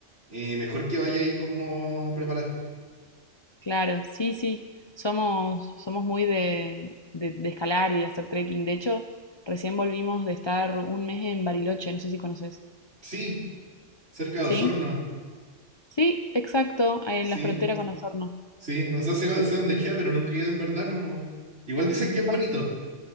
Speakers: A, on the right; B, on the left.
A: eh, mejor que vaya ahí como preparada.
B: Claro, sí, sí. Somos, somos muy de, de- de escalar y de hacer trekking. De hecho, recién volvimos de estar un mes en Bariloche, no sé si conoces.
A: Sí, cerca de
B: ¿Sí?
A: Osorno,
B: Sí, exacto, ahí
A: sí,
B: en la frontera con Osorno.
A: sí, o sea, sé, sé dónde queda, pero nunca he ido en verdad, no. Igual dicen que es bonito,
B: Bueno,